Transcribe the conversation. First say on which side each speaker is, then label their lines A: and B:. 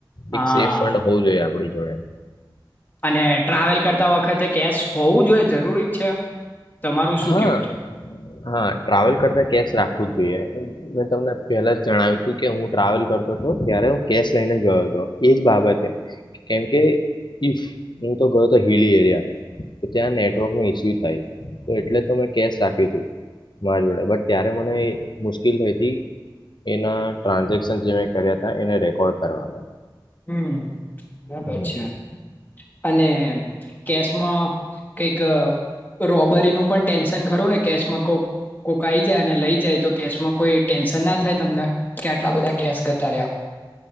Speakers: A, on the left; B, on the left.
A: હા
B: એક સેફ ફંડ હોવું જોઈએ આપડી જોડે
A: અને ટ્રાવેલ કરતા વખતે કેશ હોવું જોઈએ જરૂરી જ છે તમારું શું
B: હા
A: કેવું છે?
B: હા ટ્રાવેલ કરતા કેશ રાખું જ મેં તમને પહેલા જ જણાવ્યું હતું કે હું ટ્રાવેલ કરતો હતો ત્યારે હું કેશ લઈને જ ગયો હતો એજ બાબતે કેમકે ઈફ હું તો ગયો હતો હિલી એરિયા તો ત્યાં નેટવર્ક નો ઈસ્યુ થાય તો એટલે તો મે કેશ રાખ મારા જોડે બટ ત્યારે મને મુશ્કેલ થઈ હતી એના ટ્રાન્ઝેક્શન જે મેં કર્યા હતા એને રેકોર્ડ કરવામાં
A: હમ બરાબર
B: હમ
A: છે અને કેશમાં કઈક રોબરી નું પણ ટેન્શન ખરું ને કેશમાં કોઈક કોઈક આઈ જાય અને લઈ જાય તો કેશમાં કોઈ ટેન્શન ના થાય તમને કે આટલા બધા કેસ ગતા રહ્યા